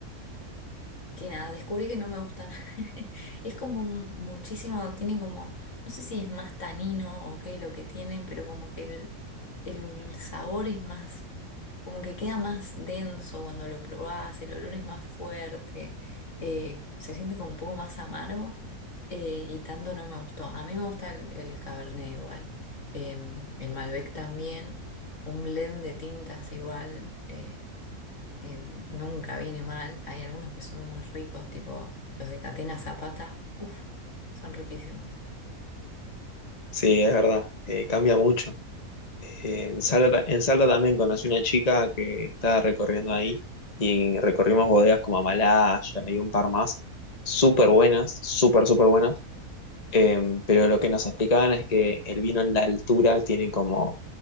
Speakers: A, on the left; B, on the left.
A: que nada, descubrí que no me gustan. <laughs> Es como un- muchísimo, tiene como, no sé si es más tanino o qué lo que tienen, pero como que el, el sabor es más, como que queda más denso cuando lo probás, el olor es más fuerte, eh, se siente como un poco más amargo eh, y tanto no me gustó. A mí me gusta el, el Cabernet igual, eh, el Malbec también, un blend de tintas igual. eh, eh, nunca viene mal. Hay algunos que son muy ricos, tipo los de Catena Zapata, uff, son riquísimos.
B: Sí, es verdad, eh, cambia mucho. Eh, en Salta, en Salta también conocí una chica que estaba recorriendo ahí y recorrimos bodegas como Amalaya y un par más, súper buenas, súper, súper buenas. Em, pero lo que nos explicaban es que el vino en la altura tiene como